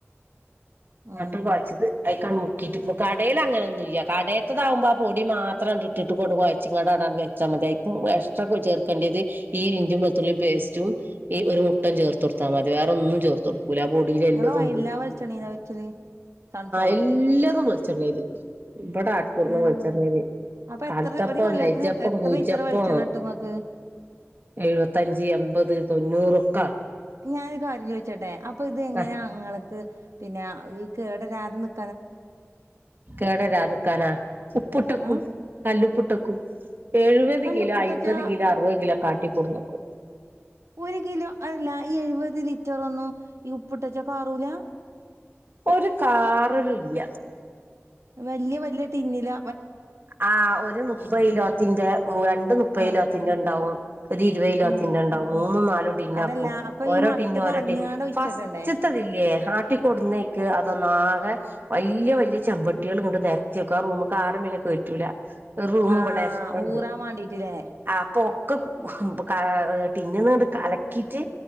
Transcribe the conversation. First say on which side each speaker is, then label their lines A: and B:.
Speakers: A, on the right; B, on the right.
A: ഉം.
B: ന്നട്ട് കോയച്ചത് അഐ മുക്കിട്ട് കടയിൽ അങ്ങനൊന്നുല്യ കടത്താത്താകുമ്പോ ആ പൊടി മാത്രം ക് ഇട്ടിട്ടും ങ്ങട്ട് കൊഴച്ച്കാണ്ട അങ്ങട്ട് വെച്ചാൽ മതി. അതീക്കും എക്സ്ട്രാ ചേർക്കേണ്ടിയത് ഈ ഇഞ്ചി വെളുത്തുള്ളി പേസ്റ്റും ഈ ഒരു മുട്ട ചേർത്തടുത്താൽ മതി വേറെ ഒന്നും ചേർത്ത കൊടു പുര പൊടിയിൽ എല്ലാതും
A: ഇങ്ങള്
B: ഉണ്ട്ണ്ട്
A: എല്ലാ വെളിച്ചെണ്ണീലാ വെച്ചല്? സൺഫ്ലവറിലോ?
B: എല്ലതും വെളിച്ചെണ്ണയിൽ ഇവിടെ ആട്ടി കൊണ്ടന്ന
A: ഏഹ്
B: വിളിച്ചെണ്ണയിൽ.
A: അപ്പൊ
B: കൽത്തപ്പം
A: എത്ര ഒരു കൊല്ലത്തിന്
B: നെജ്ജപ്പം
A: എത്ര
B: കുജ്ജപ്പോം
A: ലിറ്റർ വെളിച്ചെണ്ണ കിട്ടും ഇങ്ങക്ക്?
B: എഴുപതെഞ്ച് എമ്പത് തൊണ്ണൂറൊക്കെ ആകും.
A: ഞാൻ ഒരു കാര്യം ചോദിച്ചട്ടെ? അപ്പൊ ഇത് എങ്ങനെയാ
B: ആ
A: ഇങ്ങൾക്ക് പിന്നെ ഈ കേടരാതെ നിക്
B: കേടരാധക്കാനാ ഉപ്പിട്ടക്കും
A: ആഹ്
B: കല്ലുപ്പിട്ട് ക്കും കും എഴുപത്
A: കല്ലുപ്പ്ട്ടച്ചാ
B: കിലോ അമ്പത് കിലോ അറുപത് കിലോ ഒക്കെ ആട്ടികൊടന്നേക്കും.
A: ഒരു കിലോ അല്ല എഴുപത് ലിറ്ററൊന്നും ഈ ഉപ്പിട്ടെച്ചാ കാറൂലാ
B: ഒരു കാറലില്ല
A: വലിയ വലിയ ടിന്നിലാ
B: ആഹ് ഒരു മുപ്പത് കിലോത്തിന്റെ രണ്ട് മുപ്പത്
A: ആഹ്
B: കിലോത്തിന്റെ ഉണ്ടാവും ഒരു ഇരുപയിലോത്തിന്റെ
A: ആഹ്
B: ഉണ്ടാവും മൂന്നും നാലും ടിൻ
A: അതല്ല
B: ആക്കും
A: അപ്പൊ
B: ഓരോ
A: ഈ മട്ട്
B: ടിൻ
A: കളഞ്ഞാണ്ട്
B: ഓരോ ടീ
A: ഒഴിച്ചക്കണ്ടേ?
B: ഫസ്റ്റ്ത്തെ തില്ലേ ആട്ടിക്കൊടുന്നേക്ക് അതൊന്നാകെ വല്യ വലിയ ചെമ്പട്ടികൾ ഇങ്ങോട്ട് നെരത്തി വെക്കും ആ റൂമ്ക്ക്‌ ആരും പിന്നെ കേറ്റൂല ഒരു റൂം
A: ആഹ്
B: ഇവിടെ എക്സ്ട്രാ
A: ഊറാൻ
B: ഉണ്ട്
A: വാണ്ടീട്ട്ല്ലേ?
B: ആ പ്പോ ക്കും ഇപ്പം ക ടിൻന്ന് കലക്കിയിട്ട്